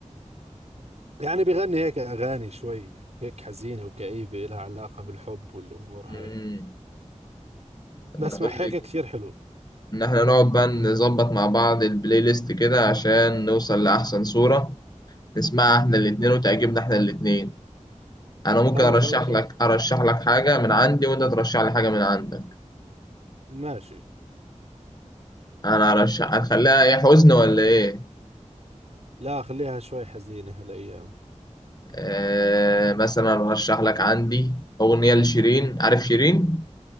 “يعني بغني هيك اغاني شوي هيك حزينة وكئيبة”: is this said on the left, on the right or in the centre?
Right